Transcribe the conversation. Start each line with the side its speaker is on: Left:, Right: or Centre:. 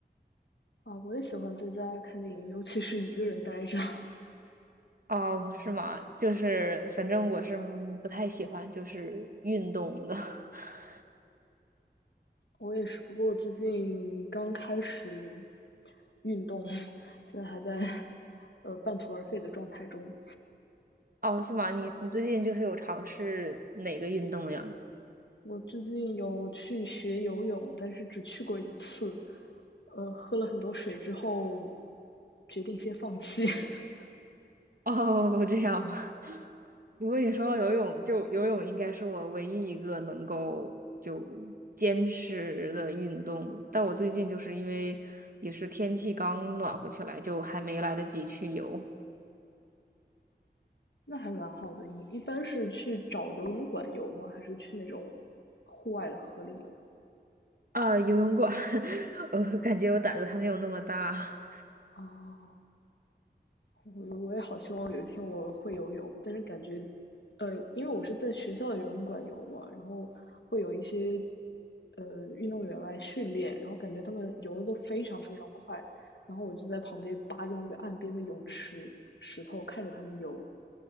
Left: 啊？我也喜欢在家看电影，尤其是一个人呆着。<laughs>
Right: 哦，是吗？就是反正我是嗯不太喜欢就是运动的。<laughs>
Left: 我也是，不过我最近刚开始运动，<laughs> 现在还在呃半途而废的状态中。
Right: 哦，是吗？你你最近就是有尝试哪个运动呀？
Left: 我最近有去学游泳，但是只去过一次，呃，喝了很多水之后，决定先放弃。<laughs>
Right: <laughs> 哦，这样吗？我果你说到游泳，就游泳应该是我唯一一个能够就坚持的运动了。但我最近就是因为也是天气刚暖和起来，就还没来得及去游
Left: 那还蛮好的。你一般是去找游泳馆游吗？还是去那种户外的河里游？
Right: 啊，游泳馆，<laughs> 我感觉我胆子还没有那么大
Left: 啊，我我也好希望有一天我会游泳，但是感觉，呃，因为我是在学校的游泳馆游嘛，然后会有一些呃运动员来训练，然后感觉他们游的都非常非常快，然后我就在旁边扒着那个岸边的泳池石头看着他们游，